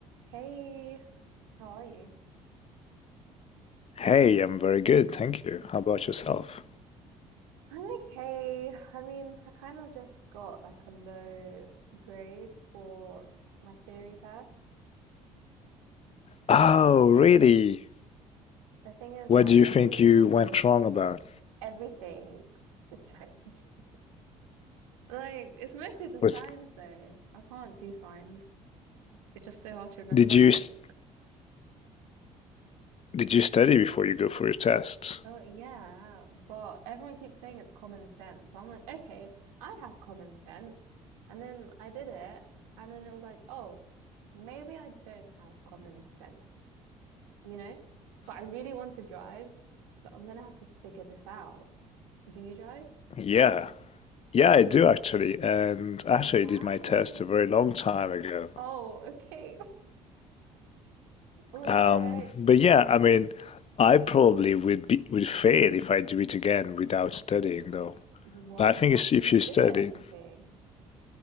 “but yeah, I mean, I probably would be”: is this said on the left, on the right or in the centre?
Left